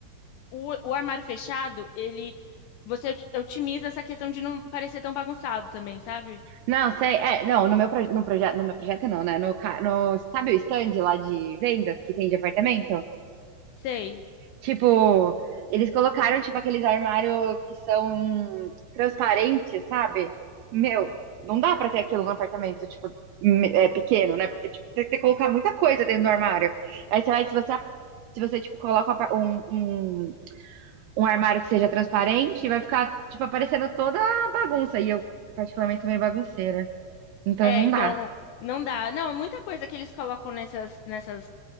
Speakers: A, on the left; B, on the right.
A: o, o armário fechado, ele você otim- otimiza essa questão de não parecer tão bagunçado também, sabe?
B: Não, sei. É, não, no meu, proje- no projeto, no meu projeto não, né? No, ca- no, sabe o stand lá de vendas que tem de apartamento?
A: Sei.
B: Tipo, eles colocaram, tipo, aqueles armários que são hum, transparentes, sabe? Meu, não dá pra ter aquilo no apartamento, tipo, me- é pequeno, né? Porque, tipo, tem que colocar muita coisa dentro do armário. Aí você vai, se você, se você, tipo, coloca um, apa- um, um um armário que seja transparente, vai ficar, tipo, aparecendo toda a bagunça. E eu, particularmente, sou meio bagunceira. Então
A: É,
B: não
A: então
B: dá.
A: não dá. Não, muita coisa que eles colocam nessas nessas